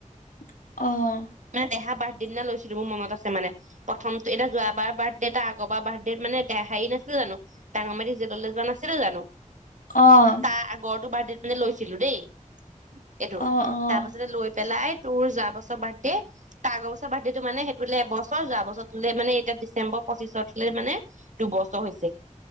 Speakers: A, on the left (about 85°); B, on the right (about 65°).
A: অ',
B: মানে দেহা বাৰ্থডে দিনা লৈছিলো মোৰ মত আছে মানে প্ৰথমতটো এটা যোৱ বাৰ বাৰ্থডে এটা আগৰবাৰ বাৰ্থডে মানে এ', হাঁহি নাছিল জানো ডাঙ মাৰি যে নাছিলে জানো,
A: অ
B: তাৰ আগৰটো বাদ মানে লৈছিলো দেই। এইটো
A: অ', অ',
B: তাৰ পাছতে লৈ পেলাই তোৰ যোৱা বছৰ বাৰ্থডে তাৰ আগৰবছৰ বাৰ্থডেতটো মানে, সেইটোলৈ এবছৰ যোৱা বছৰটো মানে এতিয়া ডিচেম্বৰ পচিছতলে মানে, দু বছৰ হৈছে।